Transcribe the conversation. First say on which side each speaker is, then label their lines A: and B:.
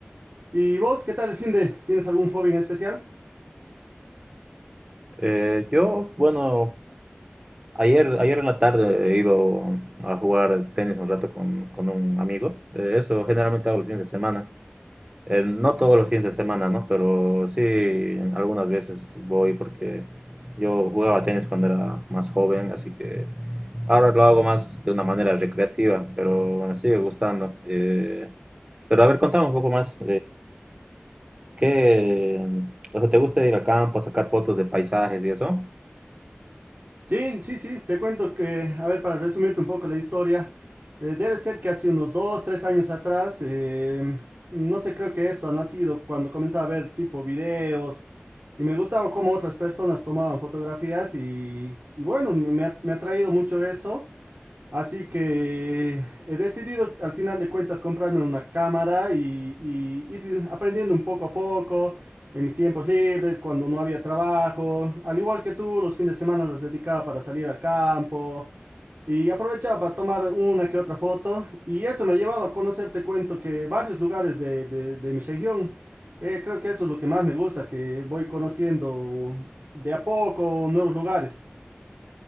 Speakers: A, on the right (about 50°); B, on the right (about 25°).
A: ¿Y vos, qué tal el fin de? ¿Tienes algún hobby en especial?
B: Eh, yo, bueno, ayer, ayer en la tarde he ido a jugar tenis un rato con, con un amigo. Eh, eso generalmente hago los fines de semana. Eh, no todos los fines de semana, ¿no? Pero sí, algunas veces voy porque yo jugaba tenis cuando era más joven, así que ahora lo hago más de una manera recreativa, pero me sigue gustando. Eh, pero a ver, contame un poco más. ¿Qué, o sea, te gusta ir al campo a sacar fotos de paisajes y eso?
A: Sí, sí, sí, te cuento que, a ver, para resumirte un poco la historia, eh, debe ser que hace unos dos, tres años atrás, eh, no sé, creo que esto ha nacido cuando comenzaba a ver tipo videos y me gustaba cómo otras personas tomaban fotografías y, y bueno, me me ha, me ha traído mucho eso Así que he decidido al final de cuentas comprarme una cámara y, y ir aprendiendo un poco a poco en mis tiempos libres, cuando no había trabajo. Al igual que tú, los fines de semana los dedicaba para salir al campo y aprovechaba para tomar una que otra foto. Y eso me ha llevado a conocer, te cuento, que varios lugares de, de- de mi región. Eh, creo que eso es lo que más me gusta, que voy conociendo de a poco nuevos lugares.